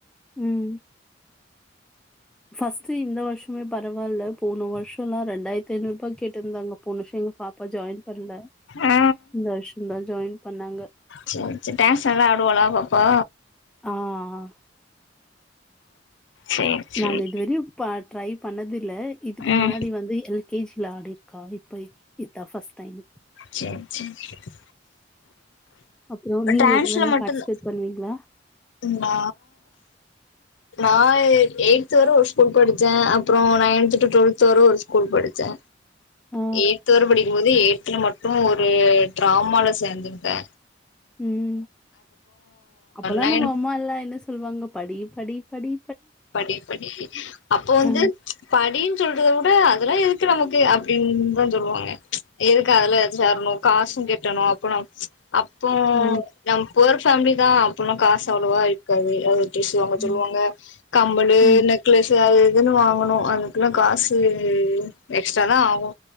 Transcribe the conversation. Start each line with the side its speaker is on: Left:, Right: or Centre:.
Centre: ம் ஃபஸ்ட்டு இந்த வருஷமே பரவால்ல போன வருஷந்தா ரெண்டாயிரத்தி ஐநூறு ருபா கேட்டுருந்தாங்க போன வருஷோ எங்க பாப்பா ஜாயின் பண்ல
Left: ஆ
Centre: இந்த வருஷந்தா ஜாயின் பண்ணாங்க
Left: சேரி சேரி டான்ஸ் நல்லா ஆடுவாளா பாப்பா
Centre: ஆ ஆ
Left: சேரி சேரி
Centre: நாங்க இதுவரையு பா ட்ரை பண்ணது ல்ல இதுக்கு
Left: ம்
Centre: முன்னாடி வந்து எல்கேஜில ஆடியிருக்கா இப்ப இதா பஸ்ட் டைம்
Left: சேரி சேரி
Centre: அப்புறம் நீங்க
Left: டான்ஸ்ல
Centre: இதுலன்னா
Left: மட்டுந்
Centre: பார்ட்டிசிபேட் பண்ணுவீங்களா?
Left: ந்தா நா எயி்த்து வர ஒரு ஸ்கூல் படுச்சே அப்பறோ நையன்த்து டூ டுவெல்த் வர ஒரு ஸ்கூல் படுச்சே
Centre: ஆ.
Left: எய்த்து வர படிக்கும்போது எய்தல மட்டு ஒரு ட்ராமால சேந்துருந்தே
Centre: ம் அப்பல்லா
Left: நைன்
Centre: நம்ம அம்மா எல்லா என்ன சொல்லுவாங்க படி படி படி
Left: படி படி அப்போ வந்து
Centre: ஆ,
Left: படின் ன்னு சொல்றத வுட அதெல்லா எதுக்கு நமக்கு அப்டின்னுதா சொல்லுவாங்க எதுக்கு அதுல சேரணு காசு கெட்டணு அப்ப நமக் அப்போ
Centre: ஆ,
Left: நம்ம புவர் ஃபேமிலி தா அப்பல்லா காசு அவ்ளோவா இருக்காது ட்ரஸ் வாங்க சொல்லுவாங்க
Centre: ம்,
Left: கம்பளு
Centre: ம்.
Left: நெக்லஸ்சு அது இது இதுன்னு வாங்கணு அதுக்குல்லா காசு எக்ஸ்ட்ரா தா ஆகு